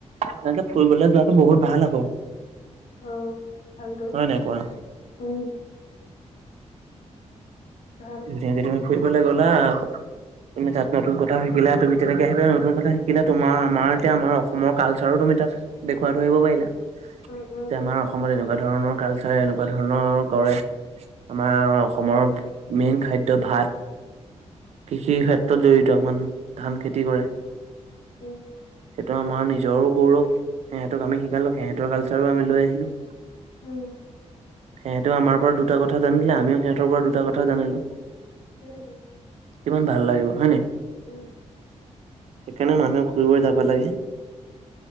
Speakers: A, on the right (about 65°); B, on the left (about 85°).
A: এনেকে ফুৰিবলৈ যোৱাটো বহুত ভাল আক।
B: অ, ভালটো,
A: হয় নাই কোৱা
B: উম। ভাল
A: যেনেকৈ তুমি ফুৰিবলৈ গলা। তুমি তাত নতুন কথা শিকিলা, তুমি তেনেকে তুমি তাত নতুন কথা শিকিলা তুমি তেনেকে আহি নতুন কথা শিকিলা, তোমাৰ আমাৰ এতিয়া আমাৰ অসমৰ কালচাৰো তুমি তাত দেখুৱাইথৈ আহিব পাৰিলা।
B: যাব
A: যে আমাৰ অসমত এনেকুৱা ধৰণৰ কালচাৰে এনেকুৱা ধৰণৰ কৰে। আমাৰ অসমৰ মেইন খাদ্য ভাত, কৃষিৰ ক্ষেত্ৰ ত জড়িত মানুহ, ধান খেতি কৰে।
B: উম,
A: সেইটো আমাৰ নিজৰো গৌৰৱ, সিহঁতক আমি শিকালোঁ সিহঁতৰ কালচাৰো আমি লৈ আহিলোঁ।
B: উম,
A: সিহঁতেও আমাৰ পৰা দুটা কথা জানিলে আমিও সিহঁতৰ পৰা দুটা কথা জানিলোঁ।
B: <unintelligible>
A: কিমান ভাল লাগিব, হয় নাই।
B: উম
A: সেইকাৰণে মানুহে ঘুৰিব যাব লাগে,